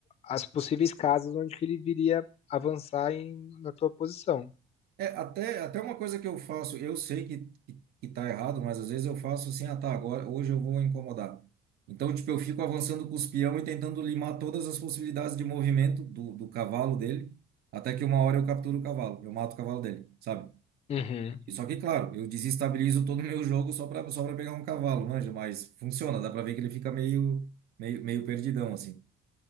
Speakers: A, on the left; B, on the right.
A: as possíveis casas onde que ele viria avançar em, na tua posição.
B: É, até, até uma coisa que eu faço, eu sei que, que, que tá errado, mas às vezes eu faço assim, ah, tá, agora, hoje eu vou incomodar. Então, tipo, eu fico avançando com os peão e tentando limar todas as possibilidades de movimento do, do cavalo dele, até que uma hora eu capturo o cavalo, eu mato o cavalo dele, sabe?
A: Uhum.
B: Só que, claro, eu desestabilizo todo o meu jogo só para só para pegar um cavalo, manja, mas funciona, dá para ver que ele fica meio meio meio perdidão assim.